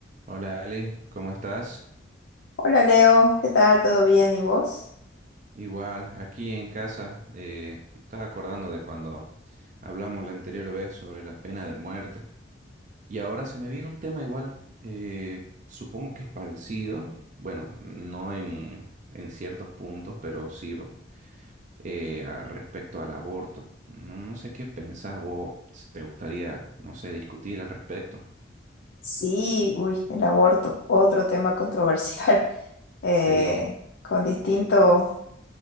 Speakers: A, on the right; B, on the left.
A: Hola Ali, ¿cómo estás?
B: Hola Leo, ¿qué tal? ¿Todo bien? ¿Y vos?
A: Igual, aquí en casa, eh, me estaba acordando de cuando hablamos la anterior vez sobre la pena de muerte. Y ahora se me viene un tema igual, eh, supongo que es parecido, bueno, no en, en ciertos puntos, pero sí eh, a- respecto al aborto. No, no sé qué pensás vos, te gustaría, no sé, discutir al respecto.
B: Sí, uy, el aborto, otro tema controversial, <laughs> eh,
A: Sí,
B: con distintos,